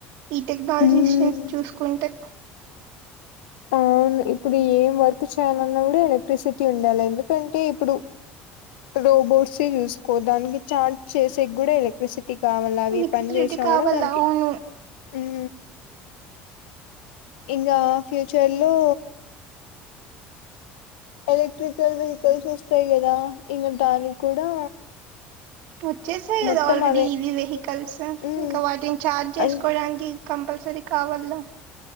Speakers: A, on the right; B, on the left.
A: ఈ టెక్నాలజీస్
B: ఉమ్
A: చూసుకుంటే
B: ఆ ఇప్పుడు ఏం వర్క్ చేయాలన్నా కూడా ఎలక్ట్రిసిటీ ఉండాలే ఎందుకంటే ఇప్పుడు రోబోట్స్ ఏ చూసుకో దానికి ఛార్జ్ చేసే గ్గుడా ఎలక్ట్రిసి టి కావాల అవి
A: ఎలక్ట్రిసిటీ
B: పని చేసినా
A: కావాల
B: కూడా దానికి
A: అవును
B: ఉం ఇంగా ఫ్యూచర్ లో ఎలక్ట్రికల్ వెహికల్స్ వస్తాయి కదా ఇంగ దానికి కూడా
A: వచ్చేసాయి కదా
B: మొత్తం
A: ఆల్రెడీ
B: అవే
A: ఈవి వెహికల్స్
B: ఉమ్
A: ఇంకా వాటిని ఛార్జ్ చేసుకోవడానికి
B: అంటే
A: కంపల్సరీ కావల్లా